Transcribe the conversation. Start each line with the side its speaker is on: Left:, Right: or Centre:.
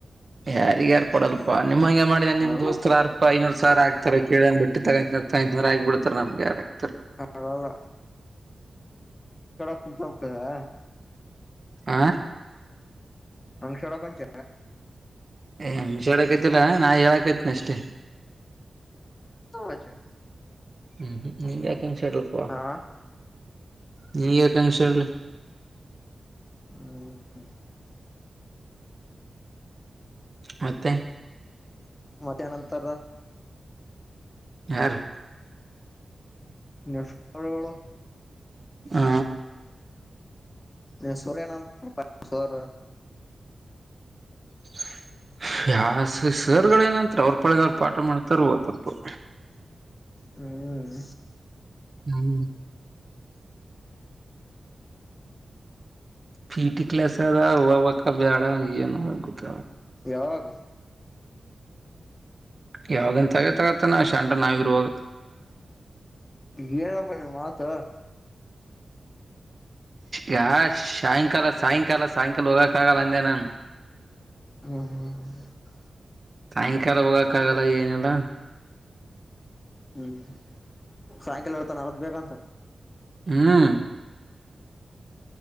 Right: ಯಾರಿಗ ಯಾರು ಕೊಡಲ್ಪ ನಿಮ್ ಹಂಗೆ ಮಾಡಿದ ನಿಮ್
Left: ಅವೆಲ್ಲ
Right: ದೋಸ್ತರ
Left: ಕೇ
Right: ಯಾರ್ಪ್ಪಾ ಐನೂರ್ ಸಾವಿರ ಆಗ್ತ ತರ ಕೇಳ ಬಿಟ್ಟು ತಗ ಆಗ್ಬ ಬಿ ನಾಮ ಕಾರತ
Left: ಅಲ್ಲ ತ
Right: ಹ
Left: ಅಂ ಸರಕ ಚ
Right: ಏ ಹಂಗಷ ಹೇಳಕತಿಲ್ಲ ನಾ ಹೇಳಕ್ೈತನಿ ಅಷ್ಟೇ
Left: ಅ
Right: ಹ್ಮ್ ನಿಿಂದಾಕೆಷೆಳಪ
Left: ಹಾ
Right: ನನಗೆ ಕಂಕ್ಷಳ್ಳ
Left: ಹ
Right: ಮತ್ತೆ
Left: ಮತ್ತ ನಂತರ
Right: ಯ
Left: ನಿಳಳ
Right: ಹ
Left: ನೀ ಸೋರ್ ಏನಂತ ಸರ್
Right: <unintelligible> ಹ್ಯಾಸ ಸರ್ಗಳ ನಂ ಅವ್ರ ಪಳಗೆ ಅವ್ರು ಪಾಠ ಮಾಡ್ತಾರ ಲ್ಪ
Left: ಹ್ಮ್
Right: ಹ್ಮ್ ಪೀ ಟಿ ಕ್ಲಸ್ ಅದ ಹವಕ್ಕ ಬ್ಯಾಡ ಏನು ಗೊತ್ತ
Left: ಯಾಗ
Right: ಯಾವಾಗಂತ ಆಗತಗತ್ತ ನಾ ಶಂಡ ನಾವಿದ್ರುವಾಗ.
Left: ನಪ್ಪ ಮಾತ.
Right: ಯಾ ಸಾಯಂಕಾಲ ಸಾಯಂಕಾಲ ಸಾಯಂಕಾಲ ಹೋಗಕ್ಕ ಆಗಲ್ಲ ಅಂದೆ ನಾನು.
Left: ಹ್ಮ್ ಹ್ಮ ಹ್ಮ.
Right: ಸಾಯಂಕಾಲ ಹೋಗಕ್ಕ ಆಗಲ್ಲ ಏನಿಲ್ಲ.
Left: ಹ್ಮ್ ಸಾಯಂಕಾಲ ಇೇರ್ತಾನ ಅರದ ಬೇಗಂತ.
Right: ಹ್ಮ್